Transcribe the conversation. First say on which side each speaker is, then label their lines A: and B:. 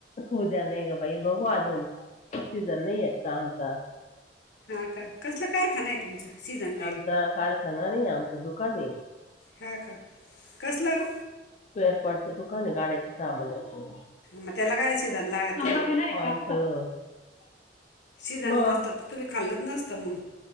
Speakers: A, on the left (about 40°); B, on the left (about 80°).
A: उद्या नाही गं बाई, बघू अजून सिजन नाहीये आमचा.
B: हा का, कसलं कारखाना येत? तुमचा सीजन
A: आमचा कारखाना नाही आमचं दुकान आहे.
B: हा का, कसलं ओ?
A: स्पेअरपार्टचं दुकान आहे गाड्यांच सामानाचं
B: मग त्याला काय शिजन लागत
A: <unintelligible> येणारे का? <unintelligible>
B: शिजन
A: मग
B: नसतं तर, तुम्ही खाल्लच नसतं मग.